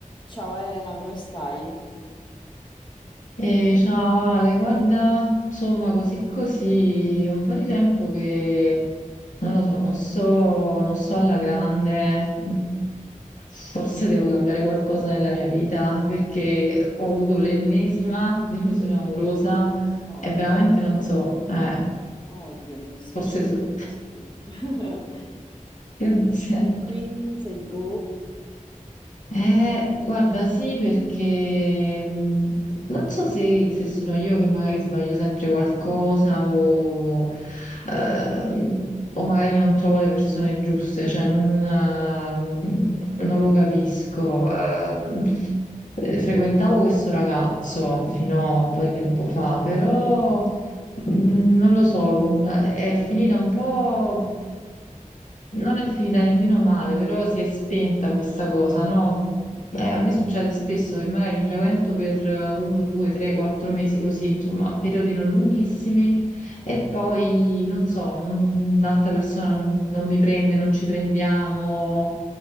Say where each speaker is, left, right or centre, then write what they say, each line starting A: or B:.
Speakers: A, on the left (about 35°); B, on the left (about 65°).
A: Ciao Elena, come stai?
B: Eh, ciao Ale, guarda, insomma, così così, è un po' di tempo che non lo so, non so, non so alla grande, mm, forse devo cambiare qualcosa nella mia vita perché ho avuto l'ennesima <laughs> delusione amorosa
A: Oddio,
B: e veramente non so, eh,
A: oddio, mi dispiace.
B: forse so-
A: tantissimo. <laughs>
B: <laughs> Grazie.
A: E quindi sei giù?
B: Eh, guarda, sì, perché mh, non so se, se sono io che magari sbaglio sempre qualcosa o, ehm, o magari non trovo le persone giuste, cioè non, ehm, non lo capisco. Ehm, eh, frequentavo questo ragazzo fino a un po' di tempo fa, però. Mm, Non lo so, è finita un po', non è finita nemmeno male, però si è spenta questa cosa, no? Eh, a me succede spesso che magari mi frequento per eh, uno, due, tre, quattro mesi così, insomma, periodi non lunghissimi e poi, non so, non- l'altra persona non, non mi prende, non ci prendiamo.